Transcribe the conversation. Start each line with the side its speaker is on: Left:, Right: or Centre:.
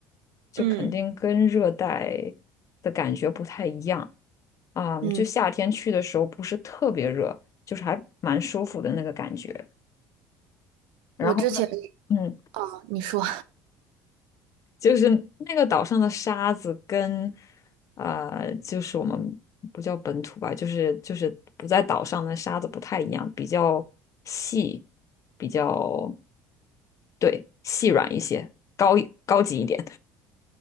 Left: 就肯定跟热带
Right: 嗯。
Left: 的感觉不太一样啊，
Right: 嗯
Left: 就夏天去的时候不是特别热，就是还蛮舒服的那个感觉。然后呢，
Right: 我之前，
Left: 嗯。
Right: 哦，你说，
Left: 就是那个岛上的沙子跟，呃，就是我们不叫本土吧，就是就是不在岛上的沙子不太一样，比较细，比较对细软一些，高一高级一点。